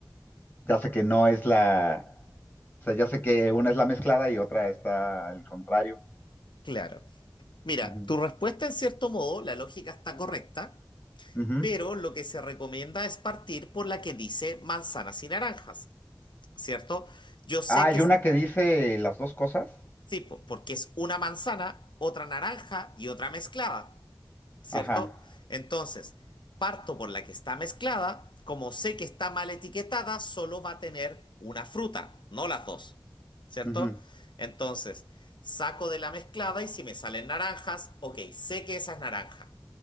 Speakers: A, on the left; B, on the left.
A: ya sé que no es la, o sea, ya sé que una es la mezclada y otra está al contrario.
B: Claro. Mira,
A: Ujú,
B: tu respuesta en cierto modo, la lógica está correcta,
A: ujú.
B: pero lo que se recomienda es partir por la que dice manzanas y naranjas, ¿cierto? Yo sé
A: Ah, hay
B: que es
A: una que dice las dos cosas.
B: tipo, porque es una manzana, otra naranja y otra mezclada. ¿cierto?
A: Ajá,
B: Entonces, parto por la que está mezclada, como sé que está mal etiquetada, solo va a tener una fruta, no las dos, ¿cierto?
A: Ujú,
B: Entonces, saco de la mezclada y si me salen naranjas, ok, sé que esa es naranja,